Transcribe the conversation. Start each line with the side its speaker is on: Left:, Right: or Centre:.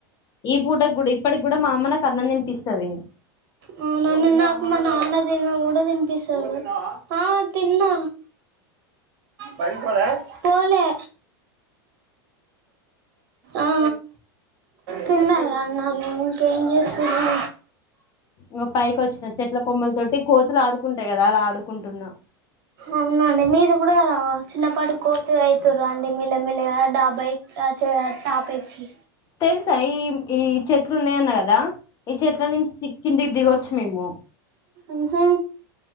Left: ఈ పూట కూడ ఇప్పటికి కూడా మా అమ్మ నా కన్నం తినిపిస్తది
Right: అవునండి నాకు మా నాన్న తిని కూడా తినిపిస్తాడు ఆ తిన్నా బడికి పోలే పోలే ఆ తిన్న అన్నము ఇంకే ఏం చేస్తున్నరు
Left: ఇ పైకి వచ్చిన చెట్ల కొమ్మల తోటి కోతులు ఆడుకుంటాయి కదా అలా ఆడుకుంటున్నా
Right: అవునండి మీరు కూడా చిన్నపాటి కోతి అవుతుర అండి మెల్లమెల్లగా డాబై తాపెక్కి
Left: తెలుసా ఈ ఈ చెట్లు ఉన్నాయన్న కదా ఈ చెట్ల నుంచి కిందికి దిగొచ్చు మేము
Right: ఉహు